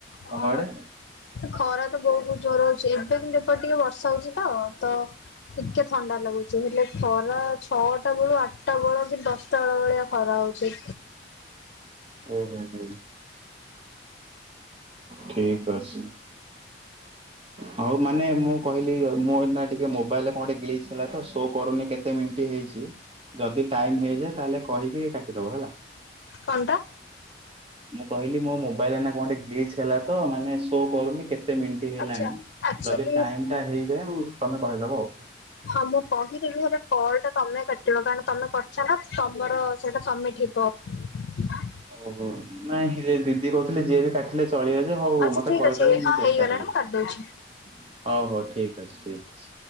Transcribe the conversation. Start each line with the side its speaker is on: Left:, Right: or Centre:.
Right: ତମ
Left: ହ
Right: ଆଡେ?
Left: ଖରା ତ ବହୁତ ଜୋର ହଉଛି। ଏବେ କିନ୍ତୁ ଏବେ ଟିକେ ବର୍ଷା ହଉଛି ତ ତ ଟିକେ ଥଣ୍ଡା ଲାଗୁଛି ହେଲେ ଖରା ଛଅଟା ବେଳୁ ଆଠଟା ବେଳ କି ଦଶଟା ବେଳ ଭଳିଆ ଖରା ହଉଚି
Right: ଓହୋ ହୋ ଠିକ ଅଛି, ହଉ ମାନେ ମୁଁ କହିଲି ମୋ ଏ ନା ଟିକେ ମୋବାଇଲରେ କଣେ ଗିଲିଚ ତ ଶୋ କରୁନି କେତେ ମିନିଟ ହେଇ ଯଦି ଟାଇମ ହେଇଯାଏ ତାହେଲେ କହିକି କାଟିଦବ ହେଲା।
Left: କଣଟା?
Right: ମୁଁ କହିଲି ମୋ ମୋବାଇଲ ନା କଣ ଗ୍ଲିଚ ହେଲା ତ ମାନେ ଶୋ କରୁନି କେତେ ମିନି ଟ ହେଲାଣି
Left: ଆଚ୍ଛା ଆକ୍ଚୁଆଲି
Right: ଯଦି ଟାଇମ ଟା ହେଇଯାଏ ମୁଁ ତମେ କହିଦବ ଆଉ।
Left: ହଁ ମୁଁ କହିଦେବି ହେଲେ କଲ ଟା ତମେ କାଟିବ କାରଣ ତମେ କରିଛ ନା ତମର ସେଇଟା ସମମିଟ ହେବ।
Right: ଓହୋ ନାଇଁ ସେ ଦିଦି କହୁଥିଲେ ଯିଏ ବି କାଟି ଲେ ଚଳିବ ଯେ ହଉ
Left: ଆଚ୍ଛା
Right: ମତେ
Left: ଠିକ
Right: କହିଦବ
Left: ଅଛି
Right: ମୁଁ
Left: ହଁ
Right: ଚେଷ୍ଟା
Left: ହେଇଗଲାଣି
Right: କରିବି
Left: ମୁଁ କାଟିଦଉଛି
Right: ହଉ ହଉ ଠିକ ଅଛି ଠିକ ଅଛି।